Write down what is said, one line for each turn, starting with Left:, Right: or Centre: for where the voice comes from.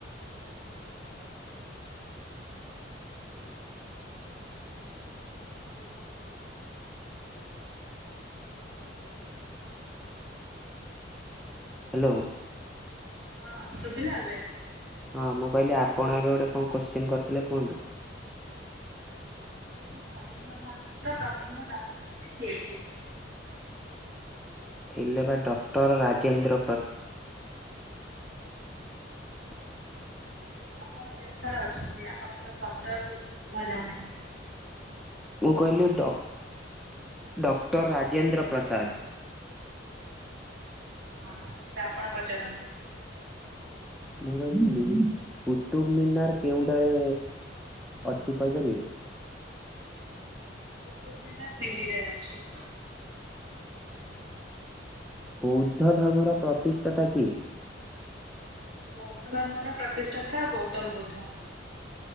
Right: ହାଲୋ। ହୁଁ।
Centre: ହ୍ୟାଲୋ।
Right: ହଁ, ଶୁଭିଲା ଏବେ?
Centre: ହଁ ମୁଁ କହିଲି ଆପଣ ଏବେ ଗୋଟେ କଣ କୋଶ୍ଚିନ୍ କରିଥିଲେ କୁହନ୍ତୁ।
Right: ସ୍ୱାଧୀନ ଭାରତର ପ୍ରଥମ ରାଷ୍ଟ୍ରପତି କିଏ ଥିଲେ?
Centre: ଥିଲେ ବା ଡକ୍ଟର ରାଜେନ୍ଦ୍ର ପ୍ର <inaudible>
Right: ଆପଣ ଯେଉଁଠାରେ ଅଛନ୍ତି? ଆପଣଙ୍କର ଶବ୍ଦ କିଛି ସୁଵା ଯାଉନାହିଁ।
Centre: ମୁଁ କହିଲି ଡ଼ ଡକ୍ଟର ରାଜେନ୍ଦ୍ର ପ୍ରସାଦ।
Right: ହଁ, ଏବେ ଆପଣ ପଚାରନ୍ତୁ।
Centre: ମୋବାଇଲି କୁତୁବମିନାର କେଉଁଠାରେ ଅଛି କହିପାରିବେ?
Right: କୁତୁବମୀନାର୍ ଦିଲ୍ଲୀରେ ଅଛି।
Centre: ବୌଦ୍ଧ ଧର୍ମର ପ୍ରତିଷ୍ଠାଟା କିଏ?
Right: ବୌଦ୍ଧ ଧର୍ମର ପ୍ରତିଷ୍ଠାତା ଗୌତମ ବୁଦ୍ଧ।